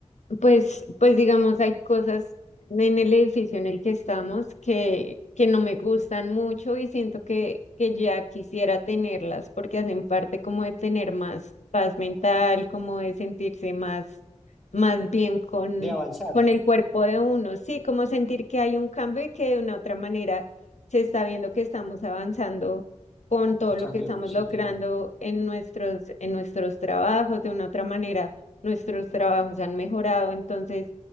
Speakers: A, on the left (about 70°); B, in the centre.
A: Pues, pues digamos, hay cosas en el edificio en el que estamos que, que no me gustan mucho y siento que, que ya quisiera tenerlas porque hacen parte como de tener más paz mental, como de sentirse más, más bien con,
B: De avanzar,
A: con el cuerpo de uno. Sí, como sentir que hay un cambio y que de una u otra manera se está viendo que estamos avanzando con todo
B: el cambio
A: lo que estamos
B: positivo,
A: logrando en nuestros, en nuestros trabajos, de una u otra manera nuestros trabajos han mejorado, entonces